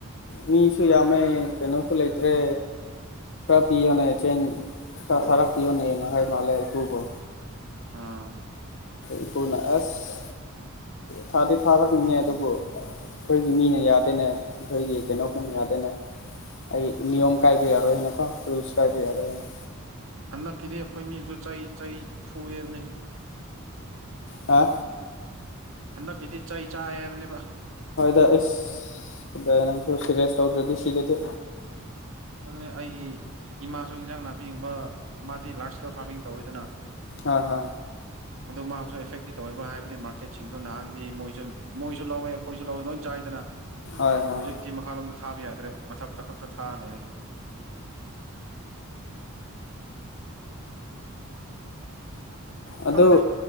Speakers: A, on the left; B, on the right.
A: ꯃꯤꯁꯨ ꯌꯥꯝꯃꯦ ꯀꯩꯅꯣꯁꯨ ꯂꯩꯇ꯭ꯔꯦ ꯐꯔꯥꯞꯌꯅꯤꯩ ꯆ ꯈꯔꯥꯞꯌꯅꯤꯩ ꯅꯈꯥꯏ ꯃꯥꯂꯦ ꯏꯀꯨꯒꯣ
B: ꯑꯥ
A: ꯏꯄꯕꯨꯅ ꯑꯁ ꯊꯥꯗꯤ ꯊꯥꯔꯛꯅꯤꯡꯉꯦ ꯑꯗꯨꯕꯨ ꯑꯩꯈꯣꯏꯒꯤ ꯃꯤꯅ ꯌꯥꯗꯦꯅꯦ ꯑꯩꯈꯣꯏꯒꯤ ꯀꯩꯅꯣꯈꯅ ꯌꯥꯗꯦꯅꯦ ꯑꯩ ꯅꯤꯣꯝ ꯀꯥꯏꯗ ꯌꯥꯔꯣꯏꯅꯀꯣ ꯔꯨꯜꯁ ꯀꯥꯏꯗ ꯌꯥꯔꯣꯏꯅ
B: ꯍꯟꯗꯛꯀꯤꯗꯤ ꯑꯩꯈꯣꯏ ꯃꯤꯕꯨꯁꯨ ꯆꯩ ꯆꯩ ꯐꯨꯑꯕꯅꯦ
A: ꯍꯥ
B: ꯑꯗ ꯀꯗꯤ ꯆꯏ ꯆꯥꯕꯅꯦ
A: ꯍꯣꯏꯗ ꯏꯁ ꯁꯤꯗ ꯅꯪꯁꯨ ꯁꯤꯦꯔꯤꯁ ꯇꯧꯗꯒꯦ ꯁꯤꯗꯗꯤ
B: ꯑꯗꯨꯅꯦ ꯑꯩꯒꯤ ꯏꯃꯥꯁꯨ ꯏꯟꯖꯥꯡ ꯅꯥꯄꯤꯒꯨꯝꯕ ꯃꯥꯗꯤ ꯂꯥꯔꯖ ꯏꯁꯀꯦꯜ ꯐꯥꯔꯃꯤꯡ ꯇꯧꯋꯤꯗꯅ
A: ꯍ ꯍ
B: ꯑꯗꯨ ꯃꯥꯁꯨ ꯑꯦꯐꯦꯛꯇꯤ ꯇꯧꯋꯦꯕ ꯍꯥꯏꯕꯗꯤ ꯃꯥꯔꯀꯦꯠꯁꯤꯡꯗꯣ ꯅꯍꯥꯟꯗꯤ ꯃꯣꯏꯁꯨ ꯃꯣꯏꯁꯨ ꯂꯧꯋꯦ ꯑꯩꯈꯣꯏꯁꯨ ꯂꯧꯋꯦ ꯂꯣꯏ ꯆꯥꯏꯗꯅ
A: ꯍꯣꯏ ꯍꯣꯏ
B: ꯍꯧꯖꯤꯛꯇꯤ ꯃꯈꯥꯂꯣꯝꯗ ꯊꯥꯕ ꯌꯥꯗ꯭ꯔꯦ ꯃꯊꯛꯇ ꯈꯞꯛꯇ ꯊꯥꯅꯅꯦ
A: ꯑꯗꯨ
B: ꯈꯪꯗꯦ